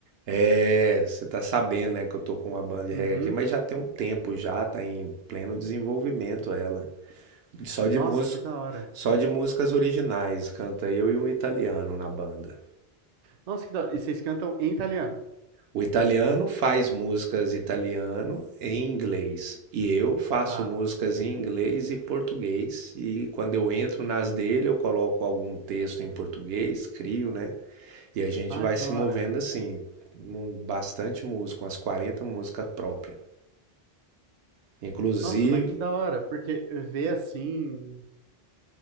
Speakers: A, on the right (about 80°); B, on the right (about 50°).
A: é, você tá sabendo, né, que eu tô com uma banda de reggae
B: Uhum.
A: aqui, mas já tem um tempo já, tá em pleno desenvolvimento ela. Só de
B: Nossa,
A: música,
B: que da hora.
A: só de músicas originais, canta eu e um italiano na banda.
B: Nossa, que da hora. E vocês cantam em italiano?
A: O italiano faz músicas italiano em inglês e eu faço
B: Tá.
A: músicas em inglês e português. E quando eu entro nas dele, eu coloco algum texto em português, crio, né? E a gente
B: Ah,
A: vai
B: que
A: se
B: da hora.
A: movendo assim, Temos bastante música, umas 40 músicas próprias. Inclusive,
B: Nossa, mas que da hora. Porque ver assim,